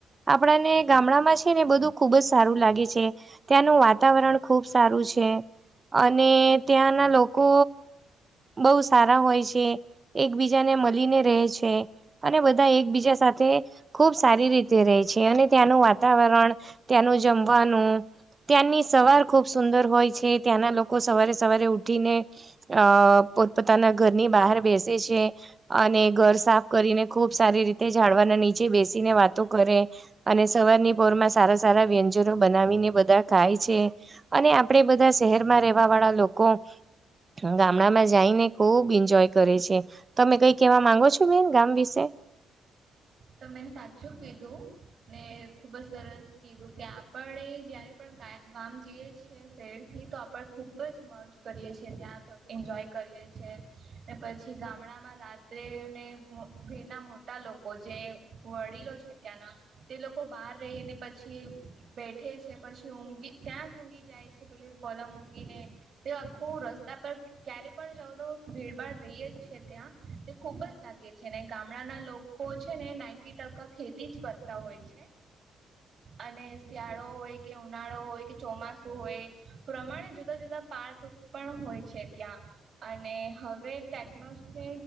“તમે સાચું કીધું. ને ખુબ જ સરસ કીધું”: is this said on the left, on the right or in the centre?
Right